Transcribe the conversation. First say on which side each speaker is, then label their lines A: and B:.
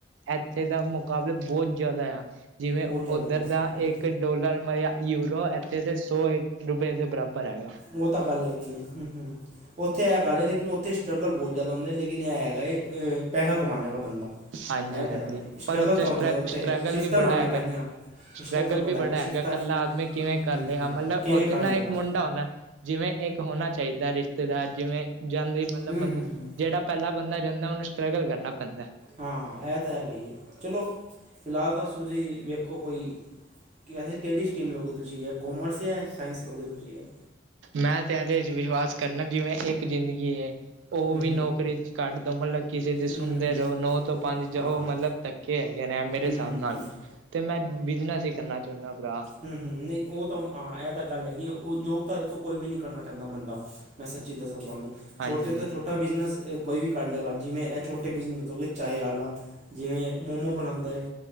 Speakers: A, on the right (about 90°); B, on the right (about 40°).
A: ਏਥੇ ਦਾ ਮੁਕਾਬਲਾ ਬਹੁਤ ਜ਼ਿਆਦਾ ਆ ਜਿਵੇਂ
B: ਬਹੁਤ ਜ਼ਿਆਦਾ
A: ਉੱਧਰ
B: ਆ
A: ਦਾ
B: ਹੂੰ
A: ਇੱਕ ਡੋਲਰ ਮਯਾ ਯੂਰੋ ਇੱਥੇ ਦੇ ਸੌ ਇੱਕ ਰੁਪਏ ਦੇ ਬਰਾਬਰ ਹੈਗਾ।
B: ਉਹ ਤਾਂ ਗੱਲ ਹੈਗੀ ਹੈ ਹਮ ਹਮ ਉੱਥੇ ਇਹ ਗੱਲ ਹੈ ਲੇਕਿਨ ਉੱਥੇ ਸਟਰਗਲ ਬਹੁਤ ਜ਼ਿਆਦਾ ਹੁੰਦਾ ਲ ਕਿਨੇ <unintelligible> ਆਇਗਾ ਇਹ ਪੈਸਾ ਕਮਾ ਲੇ ਗਾ ਬੰਦਾ
A: ਹਾਂਜੀ
B: ਇਹ ਤਾਂ
A: ਹਾਂਜੀ
B: ਹੈਗਾ ਸਟਰਗਲ
A: ਪਰ ਉੱਥੇ
B: ਤਾਂ
A: ਸਟਰ
B: ਹੁੰਦਾ ਉੱਥੇ
A: ਸਟਰਗਲ
B: ਸ਼ਿਫਟਾਂ
A: ਵੀ
B: ਲਉਣੀਆਂ
A: ਬੜਾ ਹੈਗਾ
B: ਪੈਣੀਆਂ।
A: ਹੈ ਸਟਰਗਲ
B: ਸਟਰਗ
A: ਵੀ
B: ਬੜਾ ਹੈਗਾ ਸ਼ਿਫਟਾ
A: ਇਕੱਲਾ
B: ਹਮ
A: ਆਦਮੀ ਕਿਵੇਂ ਕਰ ਲਏਗਾ
B: ਹਮ
A: ਮਤਲਬ
B: ਕਿਵੇਂ
A: ਉੱਥੇ
B: ਕੱਢ
A: ਨਾ
B: ਲੇਗਾ?
A: ਇੱਕ ਮੁੰਡਾ ਹੋਣਾ ਜਿਵੇਂ ਇੱਕ ਹੋਣਾ ਚਾਹੀਦਾ ਰਿਸ਼ਤੇਦਾਰ ਜਿਵੇਂ ਜਾਂਦੇ ਮਤਲਬ
B: ਹੂੰ
A: ਬੰਦੇ
B: ਹੂੰ, ਹੂੰ
A: ਜਿਹੜਾ ਪਹਿਲਾ ਬੰਦਾ ਜਾਂਦਾ ਉਹਨੂੰ ਸਟਰਗਲ ਕਰਨਾ ਪੈਂਦਾ।
B: ਹਾਂ, ਹਾਂ ਇਹ ਤਾਂ ਹੈਗਾ ਹੀ ਹੈ ਚਲੋ ਫਿਲਹਾਲ ਤਾਂ ਤੁਸੀਂ ਵੇਖੋ ਕੋਈ ਵੈਸੇ ਕਿਹੜੀ ਸਟਰੀਮ ਲੋਗੇ ਤੁਸੀਂ ਕੋਮਰਸ ਜਾਂ ਸਾਇੰਸ ਲਓਗੇ ਤੁਸੀਂ ਏ?
A: ਮੈਂ ਤੇ ਇਹਦੇ ਇੱਚ ਵਿਸ਼ਵਾਸ ਕਰਨਾ ਜਿਵੇਂ ਇੱਕ ਜ਼ਿੰਦਗੀ ਹੈ ਉਹ
B: ਹੂੰ
A: ਵੀ ਨੌਕਰੀ ਚ ਕੱਟ ਦੋ ਮਤਲਬ ਕਿਸੇ ਦੇ
B: ਹੂੰ
A: ਸੁਣਦੇ
B: ਹੂੰ ਹੂੰ, ਹੂੰ
A: ਰਹੋ ਨੌ ਤੋਂ ਪੰਜ
B: ਹਾਂ
A: ਜਾਓ
B: ਹਾਂ
A: ਮਤਲਬ ਧੱਕੇ ਹੈਗੇ ਨੇ ਏ ਮੇਰੇ
B: ਹੂੰ
A: ਹਿਸਾਬ
B: ਹੂੰ
A: ਨਾਲ
B: ਹੂੰ,
A: ਤੇ ਮੈਂ ਬਿਜਨਸ ਹੀ ਕਰਨਾ ਚਾਹੁੰਦਾ ਭਰਾ।
B: ਹਮ ਹਮ ਨਹੀਂ ਉਹ ਤਾਂ ਹਾਂ ਇਹ ਤਾਂ ਗੱਲ ਹੈਗੀ ਉਹ ਜੋਬ ਤਾਂ ਦੇਖੋ ਕੋਈ ਵੀ ਨਹੀਂ ਕਰਨਾ ਚਾਹੁੰਦਾ ਬੰਦਾ। ਮੈਂ ਸੱਚੀ ਦੱਸਾਂ ਤੁਹਾਨੂੰ ਛੋਟੇ
A: ਹਾਂਜੀ।
B: ਤੋਂ ਛੋਟੇ ਛੋਟਾ ਬਿਜ਼ਨਸ ਕੋਈ ਵੀ ਕਰ ਲਵੇਗਾ ਜਿਵੇਂ ਇਹ ਛੋਟੇ ਬਿਜ਼ਨਸ ਹੋਗੇ ਚਾਏ ਵਾਲਾ। ਜਿਵੇਂ ਮੋਮੋ ਬਣਾਉਂਦਾ ਏ